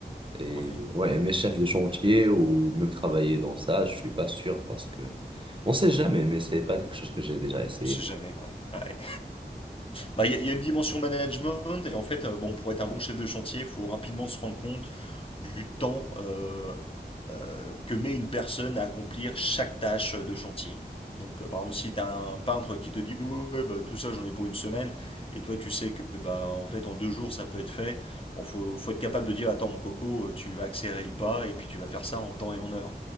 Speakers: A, on the right; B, on the left.
A: Et
B: Ouais.
A: ouais, mes chefs de chantier ou même travailler dans ça, je suis pas sûr parce que on sait jamais, mais c'est pas quelque chose que j'ai déjà essayé.
B: On sait jamais, ouais. Ouais. Bah, il y, a- il y a une dimension management et en fait, euh, bon, pour être un bon chef de chantier, il faut rapidement se rendre compte du temps euh, euh, que met une personne à accomplir chaque tâche de chantier. Donc, euh, par exemple, si tu as un peintre qui te dit Ouais, ouais, bah, tout ça, j'en ai pour une semaine, et toi, tu sais que bah, en fait, en deux jours, ça peut être fait. Bon, faut, faut être capable de dire Attends, mon coco, euh, tu vas accélérer le pas, et puis tu vas faire ça en temps et en heure.